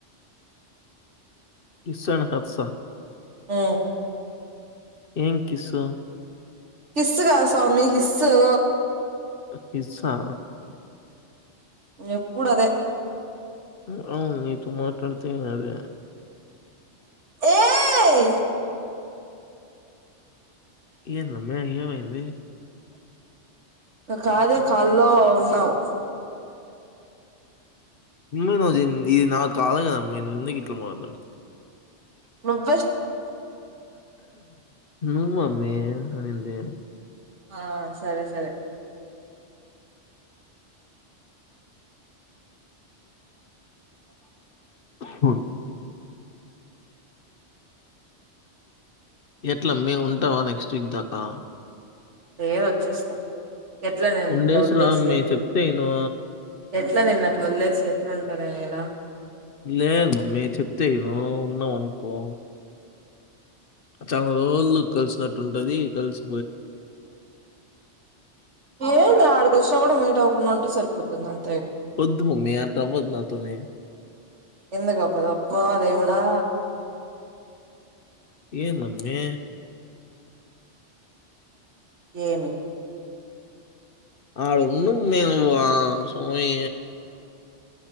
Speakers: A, on the left; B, on the right.
A: కిస్ అండ్ హార్ట్స్ ఆ
B: ఆ
A: ఏం కిస్ ఉ
B: కిస్ కాదు స్వామి హిస్ ఉ
A: హిస్ ఆ
B: ఎప్పుడు అదే
A: ఉ అవును నీతో మాట్లాడతే అదే
B: ఏఈఈ
A: ఏంది అమ్మే ఏమి అయింది
B: హా కాదు కాల్లో ఉన్నావ్
A: ఇను జెన్ ఇది నాకు కాలగమ్మ నేను ఎందుకు ఇట్ల మాట్లాడత
B: మ
A: నువ్వు అమ్మి అన్నింది
B: ఆ సరే సరే
A: హ ఎట్ల అమ్మి ఉంటావా నెక్స్ట్ వీక్ దాకా
B: ఏ వచ్చేస్తా ఎట్లా నేను
A: ఉండేసి
B: లావ్ వదిలేసి
A: రా అమ్మే చెప్తే ఇను
B: ఎట్లా నిన్న అట్లా వదిలేసి ఎట్లు ఉంటా నేను ఇడ
A: లేదు మమ్మీ చెప్తే ఇను ఉన్నాం అనుకో చాలా రోజులు కలిసినట్టుంటది కలిసి
B: ఏంది అడికి వచ్చినా కూడా మీట్ అవ్వకుండా ఉంటే సరిపోతుంది ఆన్
A: వద్దు మమ్మీ అట్లా అవ్వదు అట్లని
B: ఎందుకు కప్ప అప్ప దేవుడా
A: ఏంది అమ్మి
B: ఏమి
A: ఆడు ఉండు అమ్మి నువ్వు స్వామి